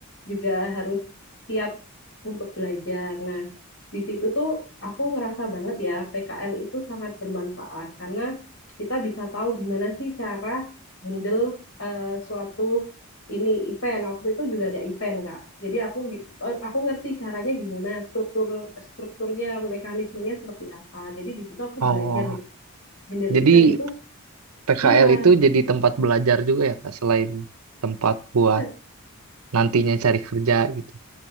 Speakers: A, on the left; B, on the right.
A: juga harus siap untuk belajar. Nah, di situ tuh aku ngerasa banget ya PKL itu sangat bermanfaat karena kita bisa tahu gimana sih cara handle eh, suatu ini event. Waktu itu juga ada event, Kak. Jadi aku oh, aku ngerti caranya gimana, struktur strukturnya, mekanismenya seperti apa. Jadi di situ aku
B: Oh,
A: belajar nih, handle
B: jadi
A: event itu
B: PKL
A: iya,
B: itu jadi tempat belajar juga ya, Kak, selain tempat buat
A: dan
B: nantinya cari kerja gitu.